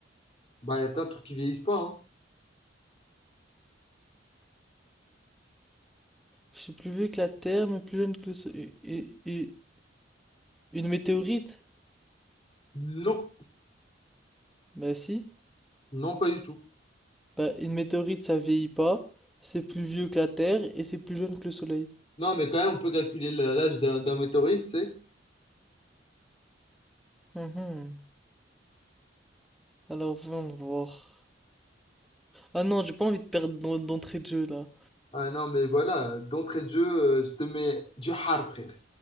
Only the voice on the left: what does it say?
Bah, il y a plein de trucs qui vieillissent pas, hein.
Non.
Non, pas du tout.
Non, mais quand même, on peut calculer la- l'âge d'un d'un météorite, tu sais.
Ah non, mais voilà, d'entrée de jeu, euh, je te mets du hard, frère.